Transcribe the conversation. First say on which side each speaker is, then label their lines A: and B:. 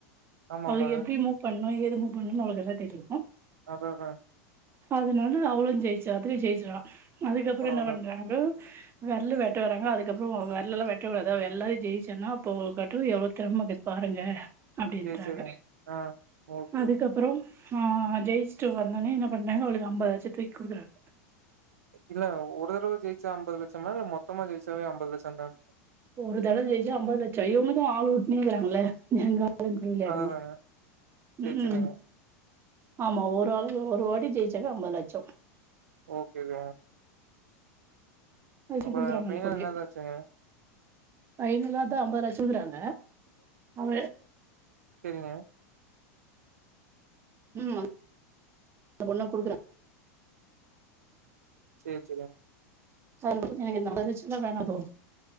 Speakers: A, on the right (about 70°); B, on the right (about 30°).
A: ஆமாமாங்க.
B: அவுங்களுக்கு எப்டி மூவ் பண்ணணு ஏது மூவ் பண்ணணுனு அவளுக்கு எல்லா தெரியு
A: ஆ ஹ ஹா
B: அதுனால அவளு ஜெயிச்சா அதுலயு ஜெயிச்சுறா அதுக்கப்பறோ
A: பரவால்ல.
B: என்ன பண்றாங்க வெரலு வெட்டு வராறங்க அதுக்கப்பறோ வெரலல்லா வெட்டக்கடாது அவ எல்லாரையு ஜெயிச்சன்னா அப்போ கட்டு எவ்ளோ தெறம இருக்கு பாருங்க அப்டின்றாங்க
A: சரி, சரிங்க. ஆ. Okay,
B: அதுக்கப்
A: okay.
B: பறோ அ ஜெயிச்சுட்டு வந்தோனே என்ன பண்றாங்க அவளுக்கு அம்பது லட்ச்சத தூக்கி குடுக்குறாங்க
A: இல்ல ஒருதடவ ஜெயிச்சா அம்பது லட்சமா இல்ல மொத்தமா ஜெய்ச்சாவே அம்பது லட்ச தான
B: ஒரு தடவை ஜெயிச்சா அம்பது லட்சோ இவுங்க தா ஆள் வுட்டுனேக்காங்களே எங்க ஆளுங்குட வெளையாடுக
A: அததாங்க. சரி,
B: ம் ஹும்
A: சரிங்க.
B: ஆமா ஒரு ஆளுக்கு ஒரு வாட்டி ஜெயிச்சக்க அம்பது லட்சோ
A: ஓகே தா
B: அதாச்சு
A: அப்புறம்
B: குடுக்குறாங்க
A: ஃபைனல்
B: அந்த பொண்ணுக்கு
A: என்னதாச்சுங்க?
B: ஃபைனல்லா தா அம்பது லட்சோக்குறாங்க அவ
A: சேரிங்க
B: ம் ஆமாங் அந்த பொண்ணுக்கு குடுக்குறாங்க
A: சேர் செரியா
B: அத எனக்கு நடந்துச்சுன்னா வேணா பவ்